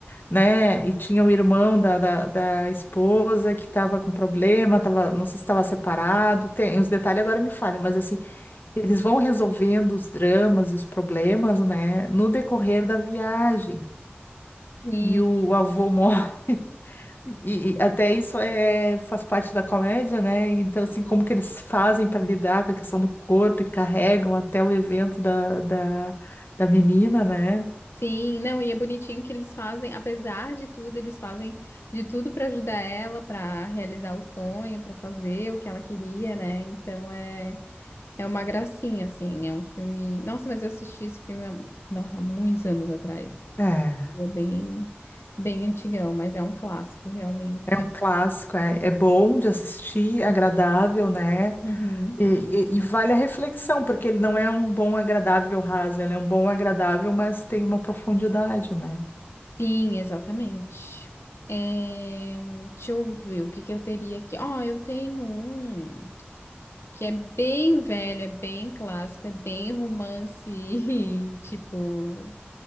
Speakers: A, on the left (about 55°); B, on the left (about 85°).
A: né? E tinha o irmão da, da, da esposa que estava com problema, tava, não sei se estava separado, tem os detalhes agora me falham, mas assim, eles vão resolvendo os dramas e os problemas, né, no decorrer da viagem.
B: Sim,
A: E o avô morre, <laughs> e, e até isso é, faz parte da comédia, né? Então, assim, como que eles fazem para lidar com a questão do corpo e carregam até o evento da, da, da menina, né?
B: sim, não, e é bonitinho que eles fazem, apesar de tudo, eles fazem de tudo pra ajudar ela, pra realizar o sonho, pra fazer o que ela queria, né? Então é, é uma gracinha, assim, é um filme. Nossa, mas eu assisti esse filme há, nossa, há muitos anos atrás.
A: É.
B: É bem, bem antigão, mas é um clássico realmente.
A: É um clássico, é, é bom de assistir, agradável, né?
B: Uhum.
A: E, e- e vale a reflexão, porque ele não é um bom agradável raso, ele é um bom agradável, mas tem uma profundidade, né?
B: Sim, exatamente. É, deixa eu ver o que que eu teria aqui. Ó, eu tenho um que é bem velho, é bem clássico, é bem romance, <laughs> tipo,